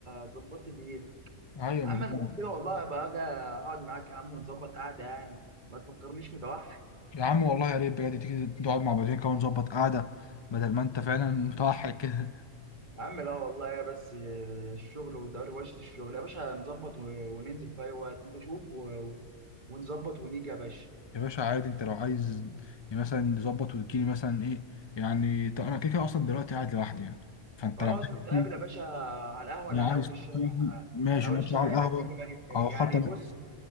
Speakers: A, on the right (about 40°); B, on the left (about 30°).
A: ظبطت دنيتك
B: ايوه
A: اما
B: بالظبط.
A: انا لو كده والله بقى اجي اقعد معاك يا عم ونظبط قعده يعني ما تفكرنيش متوحد
B: يا عم والله يا ريت بجد تيجي نقعد مع بعضين كده ونظبط قعده بدل ما انت فعلا متوحد كده
A: يا عم لا والله يا بس آه، الشغل ودروشة الشغل يا باشا نظبط و- وننزل في أي وقت أنت شوف و... و- ونظبط ونيجي يا باشا
B: <laughs> يا باشا عادي انت لو عايز مثلا نظبط وتجيلي مثلا ايه يعني طب انا كده كده اصلا دلوقتي قاعد لوحدي يعني فانت
A: خلاص
B: لو عايز
A: نتقابل
B: تيجي
A: يا باشا على القهوة
B: لو
A: اللي على
B: عايز
A: أول الشارع
B: تيجي ماشي
A: على أول
B: نقعد
A: الشارع
B: شوية على القهوه
A: هناك دي كمان يومين
B: او
A: يعني
B: حتى انا
A: بص